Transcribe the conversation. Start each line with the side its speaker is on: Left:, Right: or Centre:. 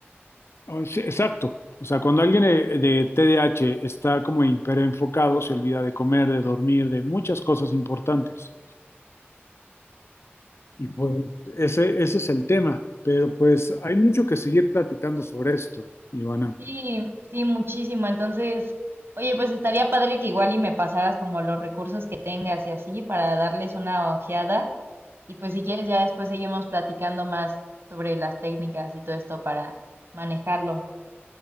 Left: o- sí, exacto. O sea, cuando alguien eh, de TDAH está como hiperenfocado, se olvida de comer, de dormir, de muchas cosas importantes. Y pues ese, ese es el tema. Pero pues hay mucho que seguir platicando sobre esto, Ivana.
Right: Sí, sí, muchísimo. Entonces, oye, pues estaría padre que igual y me pasaras como los recursos que tengas y así para darles una ojeada. Y pues si quieres, ya después seguimos platicando más sobre las técnicas y todo esto para manejarlo.